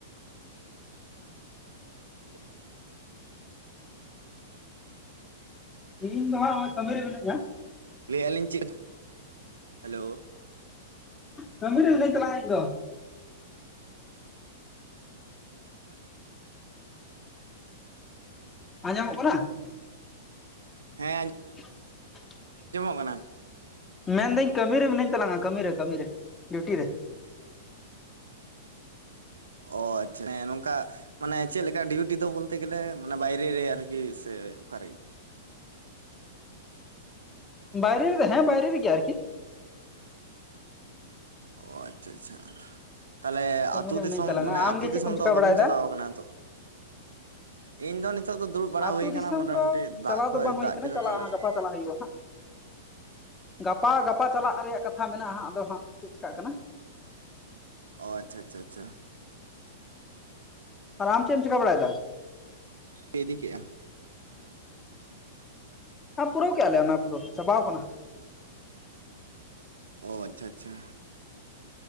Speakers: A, on the right; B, on the left.
A: <inaudible>
B: ᱤᱧ ᱫᱚ ᱦᱟᱸᱜ-ᱚᱭ ᱠᱟᱹᱢᱤ ᱨᱮ ᱢᱤᱱᱟᱹᱧᱟ᱾
A: ᱞᱟᱹᱭᱮᱫ ᱟᱞᱤᱧ ᱪᱮᱫ? ᱦᱮᱞᱳ᱾
B: ᱠᱟᱹᱢᱤ ᱨᱮ ᱢᱤᱱᱟᱹᱧ ᱛᱟᱝᱟ ᱤᱧ ᱫᱚ᱾ ᱟᱸᱡᱚᱢᱚᱜ ᱠᱟᱱᱟ?
A: ᱦᱮᱸ ᱟᱸᱡ
B: <inaudible>
A: ᱡᱚᱢᱚᱜ ᱠᱟᱱᱟ᱾
B: ᱢᱮᱱᱫᱟᱹᱧ ᱠᱟᱹᱢᱤ ᱨᱮ ᱢᱤᱱᱟᱹᱧ ᱛᱟᱞᱟᱝᱟ ᱠᱟᱹᱢᱤ ᱨᱮ ᱠᱟᱹᱢᱤ ᱨᱮ ᱰᱤᱩᱴᱤ ᱨᱮ᱾
A: ᱚ ᱟᱪᱪᱷᱟ ᱧᱮ ᱱᱚᱝᱠᱟ ᱢᱟᱱᱮ ᱪᱮᱫ ᱞᱮᱠᱟ ᱰᱤᱩᱴᱤ ᱫᱚ ᱵᱚᱞᱛᱮ ᱜᱮᱞᱮ ᱢᱟᱱᱮ ᱵᱟᱭᱨᱮ ᱨᱮ ᱟᱨᱠᱤ ᱥᱮ ᱚᱠᱟ ᱨᱮ?
B: ᱵᱟᱭᱨᱮ ᱨᱮᱫᱚ ᱦᱮᱸ ᱵᱟᱭᱨᱮ ᱨᱮᱜᱮ ᱟᱨᱠᱤ᱾
A: ᱚ ᱟᱪᱪᱷᱟ ᱟᱪᱪᱷᱟ᱾ ᱛᱟᱦᱞᱮ
B: ᱠᱟᱹᱢᱤ
A: ᱟᱹᱛᱩ
B: ᱨᱮ
A: ᱫᱤᱥᱚᱢ
B: ᱢᱤᱱᱟᱹᱧ ᱛᱟᱞᱟᱝᱟ
A: ᱢᱟᱱᱮ
B: ᱟᱢᱜᱮ
A: ᱟᱹᱛᱩ ᱫᱤᱥᱚᱢ
B: ᱪᱮᱫ ᱠᱚᱢ ᱪᱤᱠᱟ
A: ᱫᱚ ᱵᱟᱹᱵᱤᱱ
B: ᱵᱟᱲᱟᱭᱮᱫᱟ
A: ᱪᱟᱞᱟᱣ ᱠᱟᱱᱟ ᱱᱤᱛᱚᱜ? ᱤᱧ ᱫᱚ ᱱᱤᱛ ᱱᱤᱛᱳ ᱫᱚ ᱫᱩᱲᱩᱵ ᱵᱟᱲᱟ
B: ᱟᱹᱛᱩ
A: ᱦᱩᱭ ᱠᱟᱱᱟ
B: ᱫᱤᱥᱚᱢ
A: ᱢᱳᱚᱴᱟᱢᱩᱴᱤ
B: ᱫᱚ
A: ᱫᱟᱜ
B: ᱪᱟᱞᱟᱣ
A: ᱠᱚᱭ
B: ᱫᱚ ᱵᱟᱝ ᱦᱩᱭ
A: ᱫᱟᱜ
B: ᱠᱟᱱᱟ
A: ᱠᱮᱫᱟ
B: ᱪᱟᱞᱟᱜᱼᱟ
A: ᱛᱚ ᱟᱞᱮ
B: ᱦᱟᱸᱜ
A: ᱥᱮᱫ᱾
B: ᱜᱟᱯᱟ ᱪᱟᱞᱟᱜ ᱦᱩᱭᱩᱜᱼᱟ ᱦᱟᱸᱜ ᱜᱟᱯᱟ ᱜᱟᱯᱟ ᱪᱟᱞᱟᱜ ᱨᱮᱭᱟᱜ ᱠᱟᱛᱷᱟ ᱢᱮᱱᱟᱜᱼᱟ ᱦᱟᱸᱜ ᱟᱫᱚ ᱦᱟᱸᱜ ᱪᱮᱫ ᱪᱮᱤᱠᱟᱜ ᱠᱟᱱᱟ᱾
A: ᱚ ᱟᱪᱷᱟ ᱟᱪᱷᱟ ᱟᱪᱷᱟ ᱾
B: ᱟᱨ ᱟᱢ ᱪᱮᱫ ᱮᱢ ᱪᱠᱟ ᱵᱟᱲᱟᱭᱮᱫᱟ?
A: ᱯᱮ ᱤᱫᱤ ᱠᱮᱜᱼᱟ?
B: ᱟᱨ ᱯᱩᱨᱟᱹᱣ ᱠᱮᱫᱼᱟ ᱞᱮ ᱚᱱᱟ ᱠᱚᱫᱚ ᱪᱟᱵᱟᱣ ᱠᱟᱱᱟ᱾
A: ᱚ ᱟᱪᱪᱷᱟ ᱟᱪᱪᱷᱟ᱾